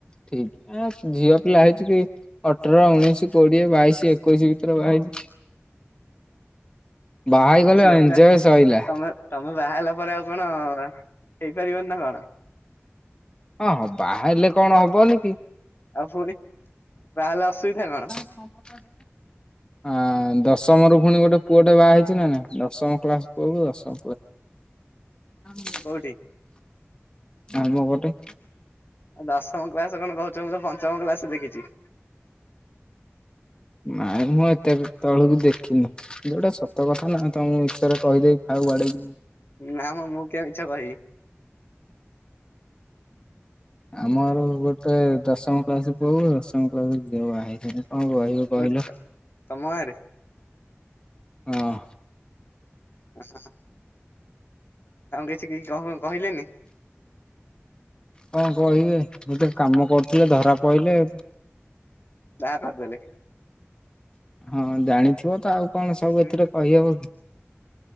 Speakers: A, on the left (about 20°); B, on the left (about 55°).
A: ଠିକ। ଏ ଝିଅ ପିଲା ହେଇଚୁ କି। ଅଠର ଉନେଇଶି କୋଡିଏ ବାଇଶି ଏକୋଇଶି ଭିତରେ ବାହାହେଇଯିବୁ। ବାହା ହେଇଗଲେ
B: ଝିଅ
A: ଏଂଜୟେ
B: ପିଲା
A: ସଇଲା।
B: ତମେ ତମେ ବାହା ହେଲା ପରେ ଆଉ କଣ ହେଇପାରିବନି ନା କଣ?
A: ହଁ ବାହା ହେଲେ କଣ ହବନି କି।
B: ଆଉ ପୁଣି ବାହାହେଲେ ଅସୁବିଧା କଣ?
A: କମ୍ପ୍ୟୁଟର ଆଁ ଦଶମ ରୁ ପୁଣି ଗୋଟେ ପୁଅ ଟେ ବାହା ହେଇଛି ନା ନାଇ। ଦଶମ କ୍ଲାସ ପୁଅକୁ ଦଶମ <unintelligible>
B: କୋଉଠି?
A: ନାଇମ ଗୋଟେ।
B: ଦଶମ କ୍ଲାସ କଣ କହୁଛ ମୁଁ ତ ପଞ୍ଚମ କ୍ଲାସରୁ ଦେଖିଛି।
A: ନାଇଁ, ମୁଁ ଏତେ ବି ତଳକୁ ଦେଖିନି। ଯୋଉଟା ସତ କଥା ନା ତମକୁ ମିଛରେ କହିଦେବି। ଆଉ ଆଡେ
B: ନା ମଁ, ମୁଁ କିଆଁ ମିଛ କହିବି?
A: ଆମର ଗୋଟେ ଦଶମ କ୍ଲାସ ପୁଅ କୁ ଦଶମ କ୍ଲାସ ଝିଅ ବାହା ହେଇଚି। କଣ କହିବ। କହିଲ
B: ଓଡିଶା ତମ ଗାଁରେ?
A: ହଁ।
B: <inaudible> ତାଙ୍କୁ କିଛି କିଛି କ କ କହିଲେନି?
A: କଣ କହିବେ? ଏ ତ କାମ କରୁଥିଲେ ଧରା ପଇଲେ।
B: ଯାହା କରଦେଲେ।
A: ହଁ, ଜାଣିଥିବ ତ ଆଉ କଣ ସବୁ ଏଥିରେ
B: ଉଁ
A: କହିହବ କି?